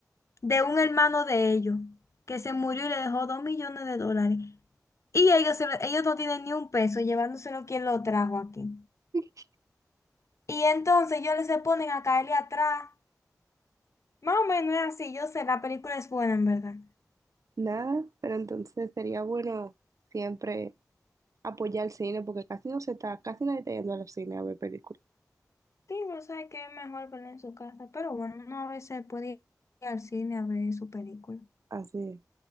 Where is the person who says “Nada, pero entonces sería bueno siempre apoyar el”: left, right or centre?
Right